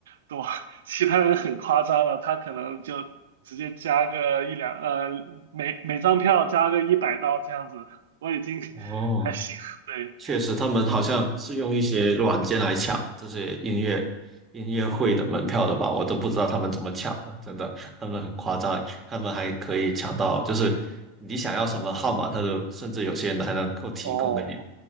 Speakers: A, on the right; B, on the right.
A: 多，<laughs> 其他人很夸张了，他可能就直接加个一两，呃，每每张票加个一百刀这样子，我已经 <laughs>
B: 哦。
A: 还行，对，
B: 确实，他们好像是用一些软件来抢这些音乐音乐会的门票的吧？
A: 嗯，
B: 我都不知道他们怎么抢的，真的，他们很夸张，他们还可以抢到，就是你想要什么号码，他都甚至有些人还能够提供给你。
A: 哦